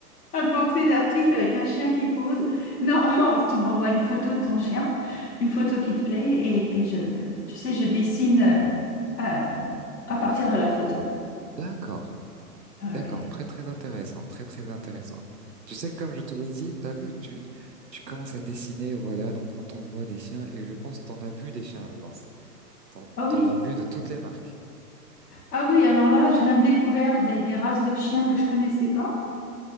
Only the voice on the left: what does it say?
Un portrait d'actrice avec un chien qui pose. Non, <laughs> tu m'envoies une photo de ton chien, une photo qui te plaît, et puis je, tu sais, je dessine euh, euh, à partir de la photo.
Ah
ouais.
Ah oui,
ah oui, alors là, j'ai même découvert des, des races de chiens que je connaissais pas